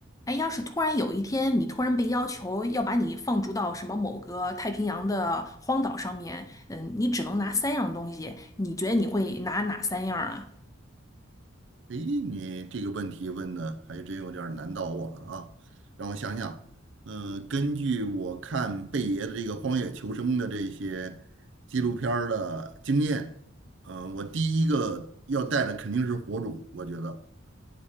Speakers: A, on the left (about 15°); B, on the right (about 60°).
A: 哎，要是突然有一天你突然被要求要把你放逐到什么某个太平洋的荒岛上面，嗯，你只能拿三样东西，你觉得你会拿哪三样啊？
B: 诶，你这个问题问的还真有点儿难倒我了啊！让我想想，嗯、根据我看贝爷的这个《荒野求生》的这些纪录片儿的经验，嗯、我第一个要带的肯定是火种，我觉得，